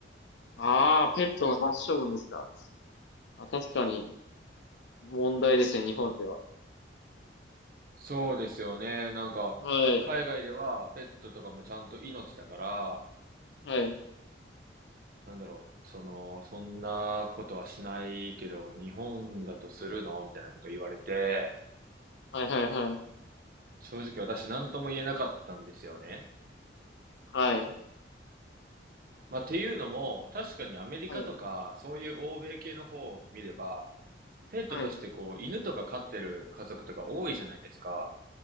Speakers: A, on the left; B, on the right.
A: ああ、ペットの殺処分ですか。あ、確かに問題ですね、日本では。
B: そうですよね。なんか、
A: はい。
B: 海外ではペットとかもちゃんと命だから、
A: はい。
B: なんだろう、その、そんなことはしないけど、日本だとするのみたいなこと言われて、
A: はいはいはい。
B: 正直私何とも言えなかったんですよね。
A: はい。
B: まあ、っていうのも、確かにアメリカとか、
A: はい。
B: そういう欧米系の方を見れば、ペットとしてこう、
A: はい。
B: 犬とか飼ってる家族とか多いじゃないですか。